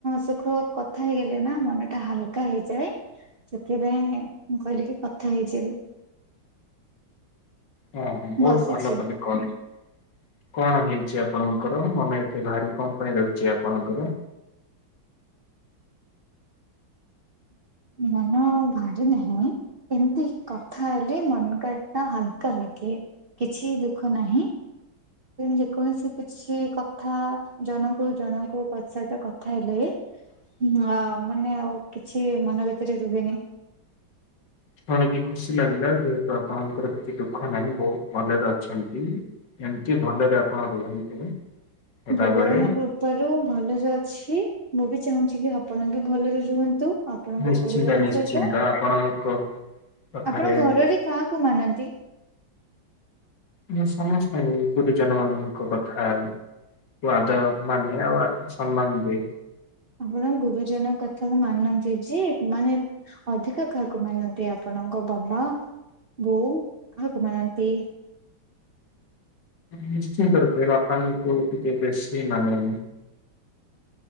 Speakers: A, on the right; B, on the left.
A: ସୁଖ କଥା ହେଇଗଲେ ନା ମନଟା ହାଲକା ହେଇଯାଏ। ସେଥିପାଇଁ ମୁଁ କହିଲିକି କଥା ହେଇଯିବି।
B: ହଁ ହଁ ବହୁତ
A: ବସିଛି।
B: ଭଲ କଲେ। କଣ କଣ ହେଇଛି ଆପଣଙ୍କର ମନ ଏତେ ଭାରି କଣ ପାଇଁ ରହିଛି ଆପଣଙ୍କର?
A: ମନ ଭାରି ନାହିଁ। ଏମିତି କଥା ହେଲେ ମନ <unintelligible> ହାଲକା ଲାଗେ। କିଛି ଦୁଃଖ ନାହିଁ। ଯେକୌଣସି କିଛି କଥା ଜଣଙ୍କୁ ଜଣଙ୍କୁ ପ୍ରୋତ୍ସାହିତ କଥା ହେଲେ। ହଁ ମାନେ ଆଉ କିଛି ମନ ଭିତରେ ରୁହେନି।
B: ଶୁଣିକି ଖୁସି ଲାଗିଲା ଯେହେତୁ ଆପଣଙ୍କର କିଛି ଦୁଃଖ ନାହିଁ ବହୁତ ଭଲରେ ଅଛନ୍ତି। ଏମିତି ଭଲରେ ଆପଣ ରୁହନ୍ତୁ। ସଦାବେଳେ
A: ଭଗବାନକୁ। କୃପାରୁ ଭଲରେ ଅଛି ମୁଁ ବି ଚାହୁଁଛି କି ଆପଣ ବି ଭଲରେ ରୁହନ୍ତୁ। ଆପଣଙ୍କ
B: ନିଶ୍ଚିନ୍ତ
A: ପରିବାର
B: ନିଶ୍ଚିନ୍ତ
A: ସହିତ।
B: ଆପଣଙ୍କ କଥାରେ
A: ଆପଣ ଘରରେ କାହାକୁ ମାନନ୍ତି?
B: ମୁଁ ସମସ୍ତଙ୍କୁ ଗୁରୁଜନ ମାନଙ୍କ କଥା। ୱାଦା ମାନେ ଆଉ ସନମାନ ଦିଏ।
A: ଆପଣ ଗୁରୁଜନଙ୍କ କଥା କୁ ମାନନ୍ତି ଯେ ମାନେ ଅଧିକା କାହାକୁ ମାନନ୍ତି ଆପଣଙ୍କ ବାବା ବୋଉ କାହାକୁ ମାନନ୍ତି।
B: ନିଶ୍ଚିନ୍ତ ରୂପେ ବାପାଙ୍କୁ ଟିକେ ବେଶୀ ମାନେ।